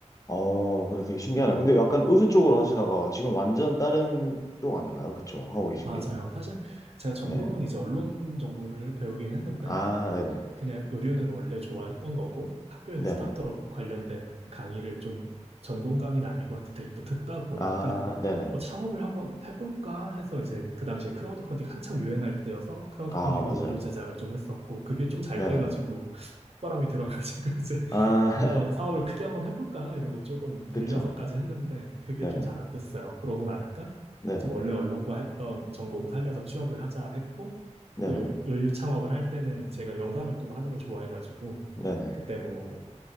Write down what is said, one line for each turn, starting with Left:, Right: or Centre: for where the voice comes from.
Left: 어, 그래 되게 신기하네. 근데 약간 의류 쪽으로 하시다가 지금 완전 다른 쪽 아닌가요? 그쵸? 하고 계신
Right: 맞아요.
Left: 게?
Right: 사실 제가 전공은
Left: 네.
Right: 이제 언론 정보를 배우긴 했는데
Left: 아, 네네.
Right: 그냥 의류는 원래 좋아했던 거고 학교에서
Left: 네네.
Right: 스타트업 관련된 강의를 좀 전공 강의는 아니고 하여튼 듣- 듣다 보니까
Left: 아, 네네.
Right: 어, 창업을 한번 해볼까 해서 이제 그 당시에 크라우드 펀딩 한창 유행할 때여서 크라우드
Left: 아,
Right: 펀딩으로
Left: 맞아요.
Right: 의류 제작을 좀 했었고 그게 좀 잘
Left: 네네.
Right: 돼가지고 콧바람이 들어가지고 <laughs> 이제
Left: 아,
Right: 한번 사업을
Left: <laughs>
Right: 크게 한번 해볼까 이러고 조금 빌려서까지
Left: 그쵸.
Right: 했는데 그게
Left: 네네.
Right: 좀 잘 안 됐어요. 그러고 나니까
Left: 네네.
Right: 이제 원래 언론과 했던 전공 살려서 취업을 하자 했고
Left: 네네.
Right: 또 요리 창업을 할 때는 제가 영상을 또 하는 걸 좋아해가지고
Left: 네네.
Right: 그때 뭐